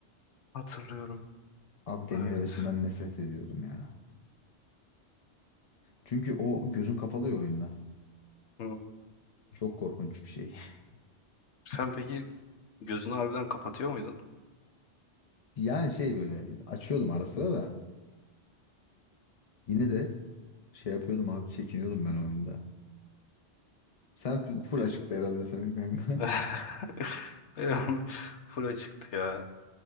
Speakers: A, on the left; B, on the left.
A: Hatırlıyorum.
B: Abi Demir
A: Evet.
B: Ebesi'nden nefret ediyordum ya. Çünkü o gözün kapalı ya oyunda.
A: Hı.
B: Çok korkunç bir şey. <laughs>
A: Sen peki gözünü harbiden kapatıyor muydun?
B: Yani şey böyle açıyordum ara sıra da yine de şey yapıyordum abi çekiniyordum ben oyunda. Sen full
A: Biz
B: açıktı herhalde senin kanka.
A: <laughs> Benim full çıktı ya.